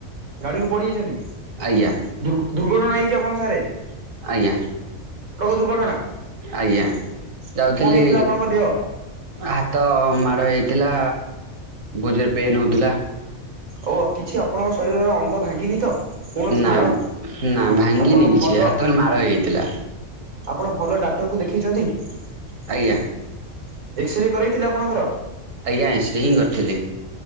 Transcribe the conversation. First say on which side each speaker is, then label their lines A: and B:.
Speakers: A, on the right (about 85°); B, on the right (about 70°).
A: ଗାଡ଼ିକୁ ପଡ଼ିିଯାଇଛନ୍ତି
B: ଆଜ୍ଞା
A: ଦୁର୍ ଦୁର୍ଘଟଣା ହେଇଯ ଆପଣ <unintelligible>
B: ଆଜ୍ଞା
A: ଦୁର୍ଘଟଣା
B: ଆଜ୍ଞା ଯାଉଥିଲି
A: କଣ ହେଇଥିଲା ଆପଣଙ୍କ ଦେହ
B: ହାତ ମାଡ଼ ହେଇଥିଲା ଭୋଜିରେ ପେନ୍ ହଉଥିଲା
A: ଓ କିଛି ଆପଣଙ୍କ ଶରୀରର ଅଙ୍ଗ ଭାଙ୍ଗିନି ତ କୌଣସି
B: ନା
A: ହାଡ଼
B: ନା ଭାଙ୍ଗିନି
A: ଆପଣ
B: କିଛି
A: ଭଲ
B: ହାତ ଖାଲି ମାଡ଼ ହେଇଯାଇଥିଲା।
A: ଆପଣ ଭଲ ଡାକ୍ତରକୁ ଦେଖାଇଛନ୍ତି ଏକ୍ସରେ
B: ଆଜ୍ଞା
A: କରରେଇଥିଲେ ଆପଣଙ୍କର
B: ଆଜ୍ଞା ଶ୍ରୀ କରିଥିଲି